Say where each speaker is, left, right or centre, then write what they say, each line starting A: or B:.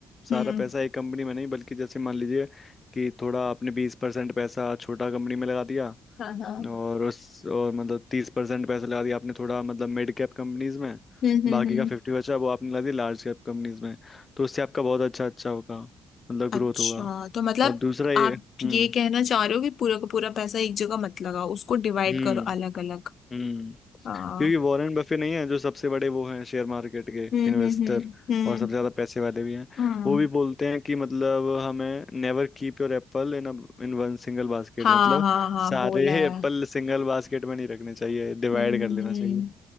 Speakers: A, on the left (about 30°); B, on the left (about 60°).
A: सारा
B: हम्म
A: पैसा एक कंपनी में नहीं बल्कि जैसे मान लीजिए कि थोड़ा आपने बीस परसेंट पैसा छोटा कंपनी में लगा दिया
B: हाँ हाँ
A: और उस और मतलब तीस परसेंट पैसा लगा दिया आपने थोड़ा मतलब मिड कैप कंपनीज में
B: हम्म हम्म
A: बाकी
B: हम्म
A: का फिफ्टी बचा वो आपने लगा दिया लार्ज कैप कंपनीज में तो उससे आपका बहुत अच्छा अच्छा होगा मतलब
B: अच्छा
A: ग्रोथ होगा
B: तो मतलब
A: और दूसरा ये
B: आप
A: हम्म
B: ये कहना चाह रहे हो कि पूरा का पूरा पैसा एक जगह मत लगाओ उसको डिवाइड
A: हम्म
B: करो अलग अलग
A: हम्म
B: हाँ
A: क्योंकि वॉरेन बफे नहीं है जो सबसे बड़े वो हैं शेयर मार्केट के
B: हम्म
A: इन्वेस्टर
B: हम्म हम्म हम्म
A: और सबसे ज्यादा पैसे वाले भी हैं
B: हम्म।
A: वो भी बोलते हैं कि मतलब हमें never keep your apple in in one single basket
B: हाँ
A: मतलब
B: हाँ हाँ
A: सारे
B: बोला है
A: एप्पल सिंगल बास्केट में नहीं रखने चाहिए डिवाइड
B: हम्म
A: कर लेना चाहिए